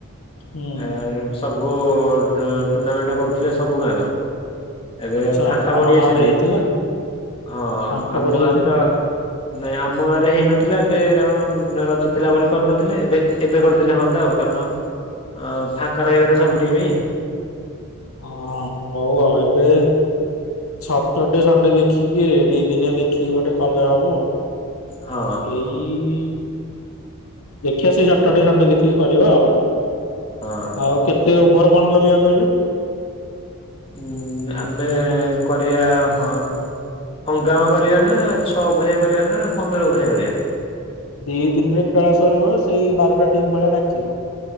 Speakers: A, on the left; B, on the left.
A: ହୁଁ
B: ଏ ସବୁ ଟୁର୍ଣାମେଣ୍ଟ କରୁଥିଲେ ସବୁ ଗାଁର। ଏବେ
A: ଆଚ୍ଛା
B: ଫାଙ୍କା
A: ଆମ
B: ବଡିଯାଇଛନ୍ତି
A: ଗାଁରେ ହେଇଥିଲା
B: ହଁ
A: ଫାଙ୍କା
B: ଆଉ
A: ପଡିଯାଇଛନ୍ତି।
B: ମୁଁ ଆ ତ ନାଇଁ ଆମ ଗାଁରେ ହେଇନଥିଲା ଏବେ କାରଣ ରଜ ଥିଲା ବୋଲି କରିନଥିଲେ ଏବେ ଏବେ କରିଦେଲେ ହୁଅନ୍ତା ଆଉ କାରଣ ଆ ଫାଙ୍କା ରହିବେନି ସବୁ ଟିମ।
A: ହଁ ହଉ ଆଉ ଏବେ ସଟରଡେ ସଣ୍ଡେ ଦେଖିକି ଦି ଦିନିଆ ଦେଖିକି ଗୋଟେ କଲେ ହବ।
B: ହଁ
A: ଏଇ ଇ ଦେଖିବା ସେଇ ସଟର ଡେ ସନଣ୍ଡେ ଦେଖିକି କରିବା ଆଉ।
B: ହଁ।
A: ଆଉ କେତେ ଓଭର କଣ କରିବା କହିଲୁ।
B: ଉୁଁ ଆମେ କରିବା ହଁ ହଙ୍ଗାମା କରିବା ନା ଛଅ ଓଭରିଆ କରିବା ନା ପନ୍ଦର ଓଭରିଆ କରିବା।
A: ଦି ଦିନରେ ଖେଳ ସରିବ ସେଇ ବାରଟା ଟିମ୍ ଭଳିଆ ଡାକିବା।